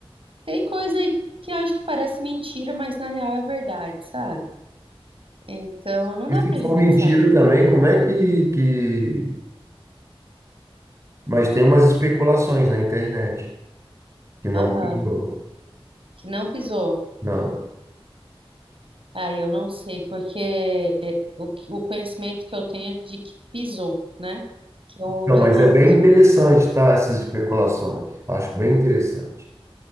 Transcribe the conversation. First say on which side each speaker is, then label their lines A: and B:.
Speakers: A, on the right; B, on the right.
A: Tem coisa aí que eu acho que parece mentira, mas na real é verdade, sabe? Então não dá
B: E se
A: pra
B: for
A: gente
B: mentira
A: saber.
B: também, como é que, que... Mas tem umas especulações na internet que não
A: Aham,
B: pisou.
A: que não pisou.
B: Não.
A: Ah, eu não sei, porque o, que- o conhecimento que eu tenho é de que pisou, né? Que eu
B: Não,
A: de
B: mas
A: não
B: é bem
A: pisou.
B: interessante, tá? Essas especulações. Acho bem interessante.